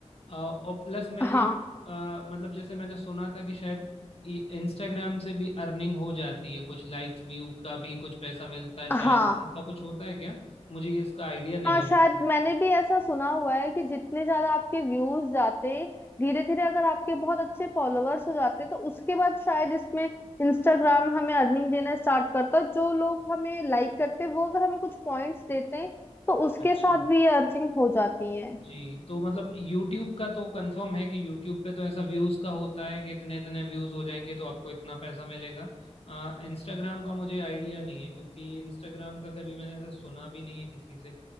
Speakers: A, on the left; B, on the left.
A: अ, और प्लस मैं ये
B: हाँ
A: अ, मतलब जैसे मैंने सुना था कि शायद इंस्टाग्राम से भी अर्निंग हो जाती है कुछ लाइक्स व्यू का भी कुछ पैसा मिलता है शायद
B: हाँ
A: ऐसा कुछ होता है क्या मुझे ये इसका आइडिया नहीं
B: हाँ
A: है बिल्कुल
B: शायद मैंने भी ऐसा सुना हुआ है कि जितने ज्यादा आपके व्यूज जाते धीरे धीरे अगर आपके बहुत अच्छे फॉलोअर्स हो जाते तो उसके बाद शायद इसमें इंस्टाग्राम हमें अर्निंग देना स्टार्ट करता है। जो लोग हमें लाइक करते हैं वो अगर हमें कुछ पॉइंट्स देते हैं तो उसके
A: अच्छा
B: साथ भी ये अर्निंग हो जाती है
A: जी तो मतलब यूट्यूब का तो कंफर्म है कि यूट्यूब पे तो ऐसा व्यूज का होता है कि इतने इतने व्यूज हो जाएंगे तो आपको इतना पैसा मिलेगा आ, इंस्टाग्राम का मुझे आइडिया नहीं है क्योंकि इंस्टाग्राम का कभी मैंने ऐसा सुना भी नहीं है किसी से